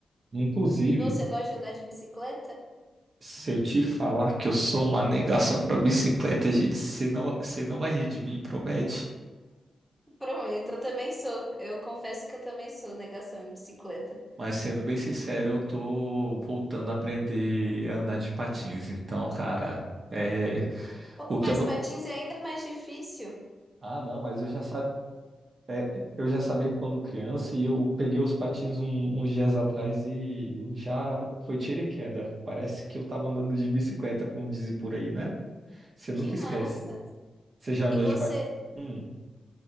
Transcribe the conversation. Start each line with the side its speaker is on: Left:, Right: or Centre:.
Right: Inclusive,
Centre: Você gosta de andar de bicicleta?
Right: se eu te falar que eu sou uma negação para bicicleta, gente, você não, você não vai rir de mim, promete?
Centre: Prometo, eu também sou. Eu confesso que eu também sou negação em bicicleta.
Right: Mas sendo bem sincero, eu tô voltando a aprender a andar de patins. Então, cara, é
Centre: Pô,
Right: o que
Centre: mas
Right: eu não...
Centre: patins é ainda mais difícil.
Right: Ah, não, mas eu já sabia. É, eu já sabia quando criança e eu peguei os patins um- uns dias atrás e já foi tiro e queda. Parece que eu tava andando de bicicleta, como dizem por aí, né? Você nunca
Centre: Que massa!
Right: esquece. Você já andou
Centre: E você,
Right: de patins? Hum.